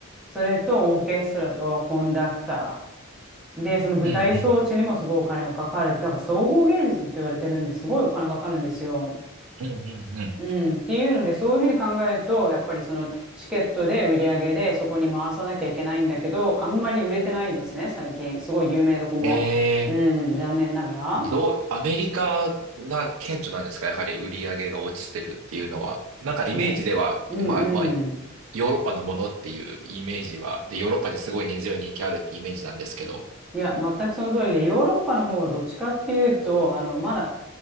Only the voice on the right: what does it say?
うんうん。
うんうんうん。
<laughs> え
ー、どう、アメリカが顕著なんですかやはり売り上げが落ちてるっていうのは。なんかイメージでは、
まあまあ、ヨーロッパのものっていうイメージは、で、ヨーロッパですごい根強い人気あるってイメージなんですけど。